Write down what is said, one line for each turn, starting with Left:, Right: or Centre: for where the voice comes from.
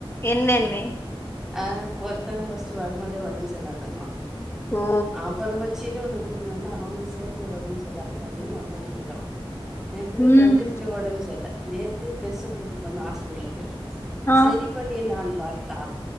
Left: என்னன்னு
Centre: ஆ ஒருத்த ஃபர்ஸ்ட் வரும்போதே ஒடம்பு சரில்லாதிந்தா
Left: ஓ
Centre: அப்பறமா சின்னவனு ஒன்னுன்னா அவனு சேத்து ஒடம்பு சரியில்லாத பண்ணினு ஒக்காஞ்சுயிருக்கிறா இப்பு
Left: ம்
Centre: ரெண்டுதிக்யு ஒ ஒடம்பு சரில்ல நேத்து பெருச கூட்டின் போனே ஹாஸ்பிட்லுக்கு
Left: ஆ
Centre: செரிப் பண்ணிர்லான் பாத்தா